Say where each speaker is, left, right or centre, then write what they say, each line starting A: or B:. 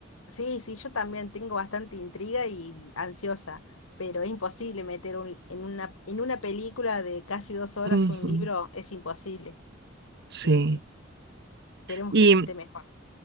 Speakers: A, on the left; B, on the right.
A: Sí, sí, yo también tengo bastante intriga y ansiosa, pero es imposible meter un, en una, en una película de casi dos horas
B: Ujú,
A: un libro, es imposible.
B: sí.
A: Sí, sí. Esperemos
B: Y
A: que esta esté mejor.